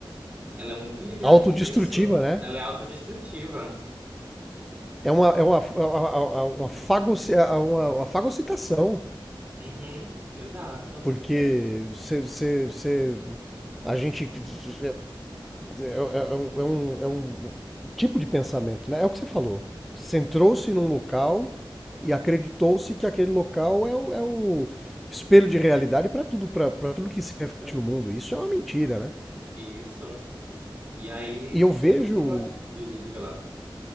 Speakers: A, on the right; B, in the centre.
A: ela é muito ligada
B: Autodestrutiva,
A: a isso.
B: né?
A: Ela é autodestrutiva.
B: É uma, é uma, é uma, é uma, fagoci- é uma, uma fagocitação,
A: Uhum, exato.
B: porque você, você, você- a gente é, é- é é um, é um- é um tipo de pensamento, né? É o que você falou. Centrou-se num local e acreditou-se que aquele local é o, é o espelho de realidade para tudo, para tudo que se reflete no mundo. Isso é uma mentira, né?
A: Isso. E aí,
B: E
A: isso
B: eu vejo.
A: tudo que eu gosto. Diga diga lá.